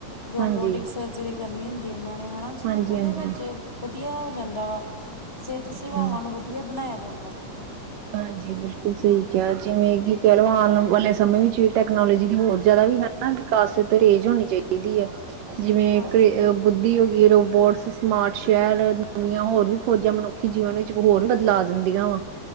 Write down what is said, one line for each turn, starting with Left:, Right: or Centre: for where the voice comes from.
Left: ਦੋ
Right: ਹਾਂਜੀ,
Left: ਬੋਡਿਕ ਸਰਜਰੀ ਕਰਨੀ ਹੁੰਦੀ ੳਨਾਂ ਨੇ ਹੈਨਾ ਜੀ,
Right: ਹਾਂਜੀ-ਹਾਂਜੀ,
Left: ੳਦੇ ਵਿੱਚ
Right: ਹੂੰ।
Left: ਵਧੀਆ ਹੋ ਜਾਂਦਾ ਵਾ। ਸੇਹਤ ਸੇਵਾਵਾਂ
Right: ਹੂੰ,
Left: ਨੂੰ ਵਧੀਆ ਬਨਾਯਾ ਜਾਂਦਾ ਵਾ।
Right: ਹਾਂਜੀ ਬਿਲਕੁਲ ਸਹੀ ਕਿਹਾ ਜਿਵੇਂ ਕਿ ਕੈ ਲੋ ਆਨ ਵਾਲੇ ਸਮੇਂ ਵਿੱਚ ਟੈਕਨੋਲਜੀ ਦੀ ਹੋਰ ਜਾਦਾ ਵੀ ਵਿਕਾਸ ਤੇਜ਼ ਹੋਨੀ ਚਾਈਦੀ ਆ, ਜਿਵੇਂ
Left: ਹਾਂਜੀ
Right: ਏਕ ਅ ਬੁ ਹੋ ਡੀ, ਰੋਬੋਟਸ, ਸਮਾਰਟ ਸ਼ਹਰ, ਨਵੀਆਂ ਹੋਰ ਵੀ ਖੋਜਾਂ ਮਨੁੱਖੀ ਜੀਵਨ ਵਿੱਚ ਹੋਰ ਬਦਲਾ ਦਿੰਦੀਆਂ ਵਾ।